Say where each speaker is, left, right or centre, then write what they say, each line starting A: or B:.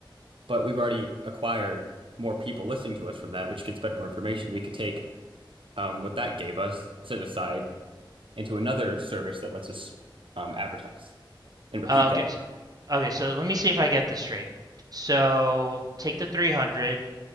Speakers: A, on the right (about 85°); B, on the right (about 45°).
A: but we've already acquired more people listening to us from that, which can spread more information. We could take um, what that gave us, set aside, into another service that lets us um, advertise and repeat
B: Uh, okay,
A: that.
B: s- okay. So let me see if I get this straight. So take the 300,